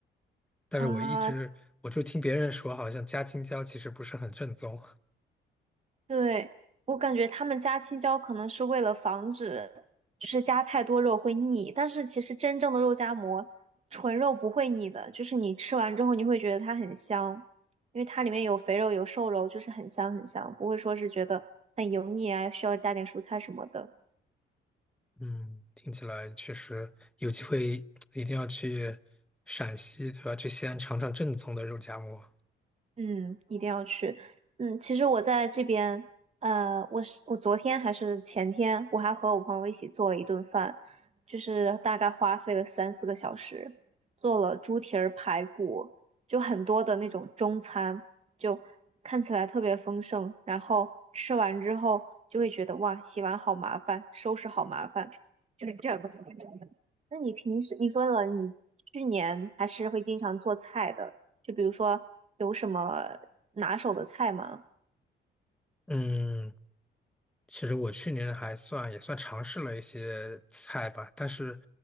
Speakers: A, in the centre; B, on the right (about 35°).
A: 但是我一直我就听别人说，
B: 啊、
A: 好像加青椒其实不是很正宗。
B: 对，我感觉他们加青椒可能是为了防止，就是加太多肉会腻。但是其实真正的肉夹馍，纯肉不会腻的，就是你吃完之后你会觉得它很香，因为它里面有肥肉有瘦肉，就是很香很香，不会说是觉得很油腻啊，需要加点蔬菜什么的。
A: 嗯，听起来确实有机会一定要去陕西，对吧？去西安尝尝正宗的肉夹馍。
B: 嗯，一定要去。嗯，其实我在这边，呃，我是我昨天还是前天，我还和我朋友一起做了一顿饭，就是大概花费了三四个小时，做了猪蹄儿排骨，就很多的那种中餐，就看起来特别丰盛。然后吃完之后就会觉得哇，洗碗好麻烦，收拾好麻烦，<laughs> 就是这样。那你平时你说了，你去年还是会经常做菜的，就比如说有什么拿手的菜吗？
A: 嗯，其实我去年还算也算尝试了一些菜吧，但是